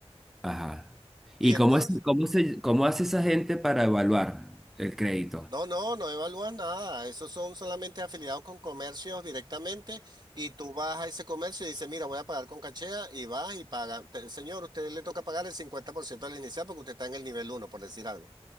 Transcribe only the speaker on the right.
Y entonces,
no, no, no evalúas nada. Esos son solamente afiliados con comercios directamente y tú vas a ese comercio y dices, mira, voy a pagar con cachea y vas y pagas. Señor, usted le toca pagar el 50% del inicial porque usted está en el nivel uno por decir algo.